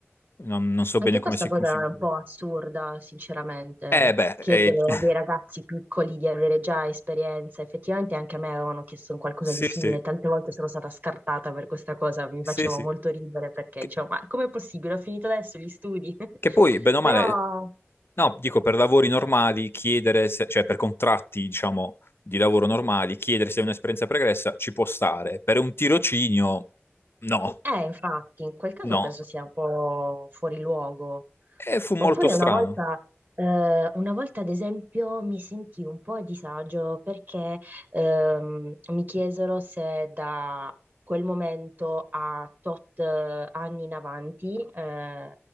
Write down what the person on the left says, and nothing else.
non, non so
bene come
si
configura.
Eh beh,
eh, <laughs>
Sì,
sì,
sì, sì.
Che,
che poi, bene o
male, no, dico per lavori normali, chiedere, se- cioè per contratti, diciamo, di lavoro normali, chiedere se è un'esperienza pregressa ci può stare. Per un tirocinio, no,
no.
E fu molto
strano.